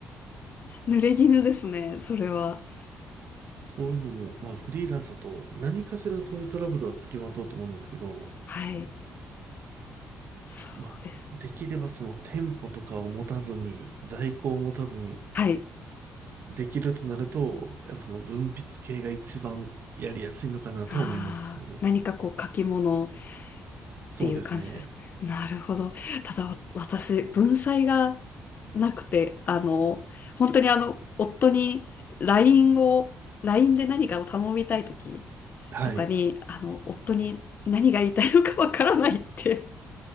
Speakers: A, on the left; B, on the right.
A: 濡れ衣ですね、それは。
B: そういうのも、まあフリーランスだと何かしらそういうトラブルはつきまとうと思うんですけど、
A: はい。そうです。
B: まあできればその店舗とかを持たずに、在庫を持たずに、
A: はい。
B: できるとなると、やっぱその文筆系が一番やりやすいのかなとは思いますね。
A: ああ、何かこう書き物っ
B: そうですね。
A: ていう感じです。なるほど。ただわ私、文才がなくて、あの、本当にあの、夫に LINE を、LINE で何かを頼みたいとき
B: はい。
A: とかに、あの、夫に何が言いたいのかわからないって